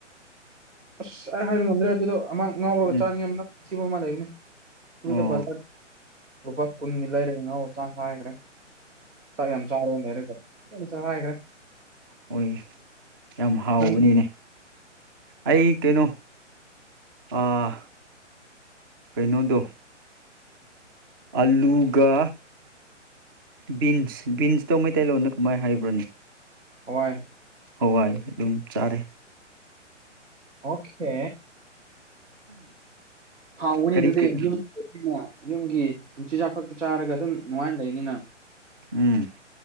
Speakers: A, on the right; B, on the right.
A: ꯑꯁ ꯑꯩ ꯍꯥꯏꯕ ꯉꯝꯗ꯭ꯔꯦ ꯑꯗꯨꯗꯣ ꯑꯃꯥꯡ ꯉꯥꯎꯔꯒ
B: ꯎꯝ
A: ꯆꯥꯅꯤꯡꯉꯥꯏ ꯃꯅꯝ ꯅꯨꯡꯁꯤꯕ ꯑꯃ ꯂꯩꯕꯅꯤ ꯑꯗꯨꯗ
B: ꯑꯣ
A: ꯕꯖꯥꯔ ꯂꯨꯄꯥ ꯀꯨꯟꯒꯤ ꯂꯩꯔꯦꯒ ꯉꯧꯔꯒ ꯆꯈꯥꯏꯈ꯭ꯔꯦ ꯆꯥꯛ ꯌꯥꯝ ꯆꯥꯔꯣ ꯂꯩꯔꯒ ꯌꯥꯝ ꯆꯈꯥꯏꯈ꯭ꯔꯦ
B: ꯍꯣꯏ ꯌꯥꯝ ꯍꯥꯎꯕꯅꯤꯅꯦ
A: ꯅꯪꯗꯤ
B: ꯑꯩ ꯀꯩꯅꯣ ꯑꯥ ꯀꯩꯅꯣꯗꯣ ꯑꯂꯨꯒ ꯕꯤꯟꯁ ꯕꯤꯟꯁꯇꯣ ꯃꯩꯇꯩꯂꯣꯟꯗ ꯀꯃꯥꯏꯅ ꯍꯥꯏꯕ꯭ꯔꯅꯦ
A: ꯍꯋꯥꯏ
B: ꯍꯋꯥꯏ ꯑꯗꯨꯝ ꯆꯥꯔꯦ
A: ꯑꯣꯈꯦ ꯍꯥꯎꯕꯅꯦ
B: ꯀꯔꯤ
A: ꯑꯗꯨꯗꯤ
B: ꯀꯔꯤ
A: ꯌꯨꯝ ꯑꯩꯅ ꯌꯨꯝꯒꯤ ꯆꯤꯖꯥꯛ ꯈꯛꯇ ꯆꯥꯔꯒ ꯑꯗꯨꯝ ꯅꯨꯡꯉꯥꯏꯅ ꯂꯩꯅꯤꯅ
B: ꯎꯝ